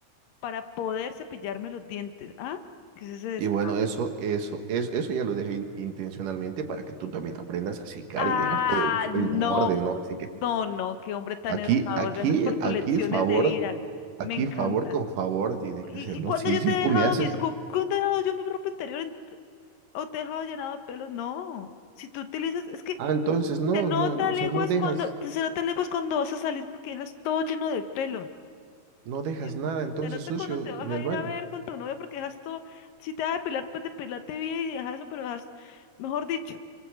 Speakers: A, on the left (about 70°); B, on the right (about 65°).
A: para poder cepillarme los dientes. ¿Ah? ¿Qué es ese descaro?
B: Y bueno, eso, eso, eso, eso ya lo dejé in- intencionalmente para que tú también aprendas a secar
A: Ah,
B: y dejar todo
A: no,
B: en en orden, ¿no? Así que
A: no, no, qué hombre tan
B: Aquí,
A: educador.
B: aquí,
A: Gracias por tus
B: aquí
A: lecciones
B: favor,
A: de vida.
B: aquí
A: Me encanta.
B: favor con favor tiene que
A: ¿Y,
B: ser,
A: y cuándo
B: ¿no? Si,
A: yo
B: si
A: te he
B: tú
A: dejado
B: me haces,
A: mis cu- ¿Cuándo he dejado yo mi ropa interior en- o te he dejado llenado de pelos? No. Si tú utilizas, es que
B: ah, entonces no,
A: Se nota
B: no, no, o
A: leguas
B: sea, no dejas,
A: cuando, te- se nota leguas cuando vas a salir porque dejas todo lleno de pelo.
B: no dejas
A: ¿Qué es
B: nada
A: eso?
B: entonces
A: Se nota
B: sucio
A: cuando te vas
B: en
A: a
B: el
A: ir
B: baño.
A: a ver con tu novia porque dejas todo, si te vas a depilar, pues depilate bien y dejas eso, pero dejas, mejor dicho,